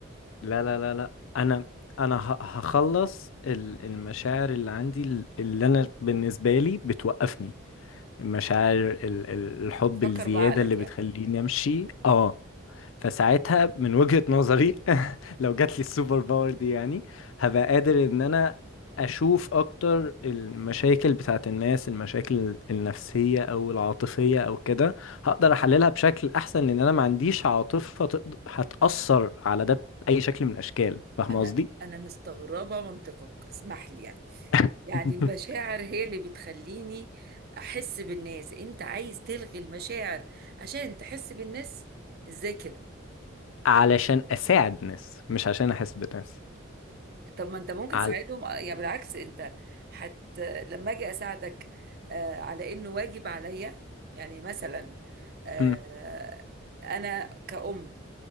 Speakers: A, on the left; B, on the right.
A: لا لا لا لا انا انا ه- هخلص ال- المشاعر اللي عندي ال- اللي انا بالنسبه لي بتوقفني المشاعر ال- ال- الحب
B: تفكر
A: الزياده
B: بعقلك
A: اللي بتخليني
B: يعني
A: امشي اه فساعتها من وجهة نظري <laughs> لو جات لي السوبر باور دي يعني هبقى قادر ان انا اشوف اكتر المشاكل بتاعت الناس المشاكل النفسية او العاطفية او كده هقدر احللها بشكل احسن لان انا ما عنديش عاطفة تقد- هتأثر على ده بأي شكل من الاشكال فاهم
B: انا
A: قصدي
B: انا مستغربه منطقك اسمح لي يعني
A: <laughs>
B: يعني المشاعر هي اللي بتخليني احس بالناس انت عايز تلغي المشاعر عشان تحس بالناس ازاي كده
A: علشان اساعد ناس مش عشان احس بناس
B: طب ما انت ممكن
A: على
B: تساعدهم آه، يعني بالعكس انت حت لما اجي اساعدك آه، على انه واجب عليا يعني مثلا آه،
A: مم.
B: انا كأم